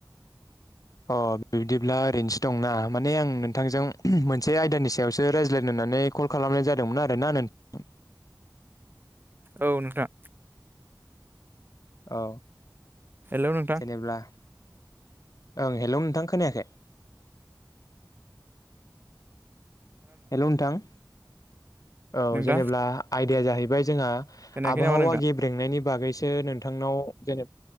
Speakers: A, on the left; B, on the right.
A: अ बिदिब्ला ओरैनोसो दंना माने आं नोंथांजों मोनसे आयदानि सायावसो रायज्लायनो होननानै कल खालामनाय जादोंमोन आरोना नोंथां
B: औ नोंथां
A: औ
B: हेल' नोंथां
A: जेनेब्ला ओं हेल' नोंथां खोनायाखै हेल' नोंथां। औ
B: नोंथां
A: जेनेब्ला आयदाया जाहैबाय जोंहा
B: खोनायाखै
A: आबहावा
B: नामा नोंथां
A: गेब्रेंनायनि बागैसो नोंथांनाव जेनेब